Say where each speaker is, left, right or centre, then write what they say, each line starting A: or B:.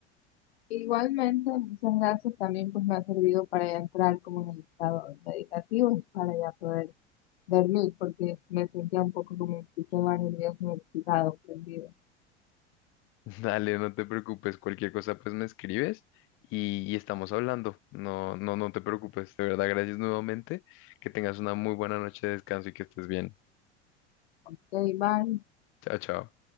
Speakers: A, on the left (about 60°); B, on the left (about 35°).
A: Igualmente, muchas gracias también pues me ha servido para ya entrar como en el estado meditativo y para ya poder dormir porque me sentía un poco como un sistema nervioso excitado, prendido.
B: <laughs> Dale, no te preocupes, cualquier cosa pues me escribes y, y estamos hablando. No, no, no te preocupes, de verdad, gracias nuevamente, que tengas una muy buena noche de descanso y que estés bien.
A: Ok, bye.
B: Chao, chao.